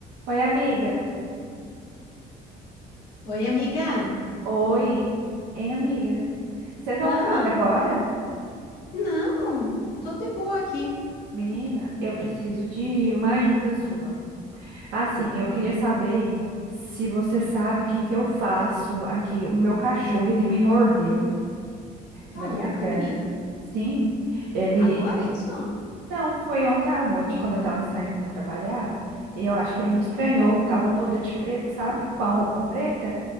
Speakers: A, on the right; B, on the left.
A: Oi, amiga.
B: Oi, amiga.
A: Oi. Hein, amiga? Você tá
B: Ah,
A: ocupada agora?
B: não. Tô de boa aqui.
A: Menina, eu preciso de uma ajuda sua. Assim, eu queria saber se você sabe o que que eu faço aqui. O meu cachorro, ele me mordeu
B: Tá
A: na
B: louca,
A: minha perna.
B: menina?
A: Sim, ele...
B: Agora é isso?
A: Não, foi ontem à noite, quando eu tava saindo para trabalhar. Eu acho que ele
B: Ah,
A: me estranhou. Tava toda de preto, sabe? Com a roupa preta.